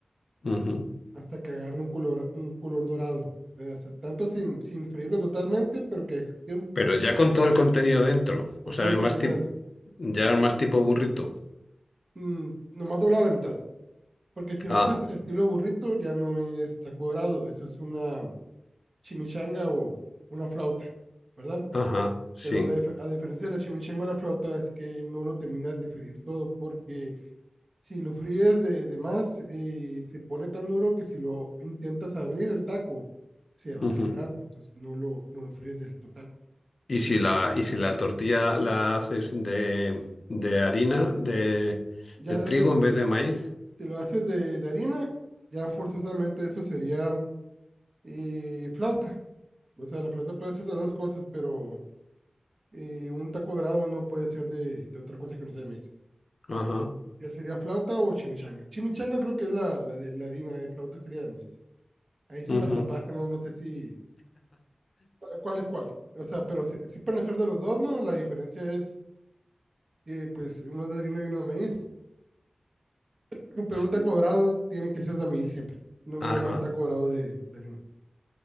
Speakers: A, on the left (about 65°); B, on the right (about 55°).
A: ujú.
B: hasta que agarre un color, un color dorado. O sea, tanto sin, sin freírlo totalmente, pero que quede un-
A: Pero ya con todo el contenido dentro.
B: con
A: O sea,
B: todo el
A: es
B: contenido
A: más tipo,
B: dentro.
A: ya es más tipo burrito.
B: Mm, nomás doblado a la mitad. Porque si
A: Ah,
B: lo haces estilo burrito, ya no es taco dorado, eso es una chimichanga o una flauta, ¿verdad?
A: ajá, sí.
B: Pero la dif- a diferencia de la chimichanga o la flauta es que no lo terminas de freír todo porque si lo fríes de, de más, eh, se pone tan duro que si lo intentas abrir el taco, se va
A: Ujú.
B: a quebrar. Entonces no lo, no lo fríes del total.
A: Y si
B: Entonces,
A: la, y si la tortilla la haces de, de harina, de,
B: ya
A: de
B: de
A: trigo
B: hari-
A: en vez de maíz.
B: si lo haces de, de harina, ya forzosamente eso sería eh, flauta. O sea, la flauta puede ser de dos cosas, pero eh, un taco dorado no puede ser de, de otra cosa que no sea de maíz.
A: Ajá.
B: Ya sería flauta o chimichanga. Chimichanga creo que es la, la de la harina, de flauta sería de maíz. Ahí sí
A: ujú.
B: me atrapaste, no, no sé si ¿Cuál es cuál? O sea, pero sí, sí pueden ser de los dos, ¿no? La diferencia es que, pues, uno es de harina y uno de maíz. <laughs> Pero
A: Sí,
B: un taco dorado tiene que ser de maíz siempre. No,
A: Ajá.
B: no hay taco dorado de, de harina.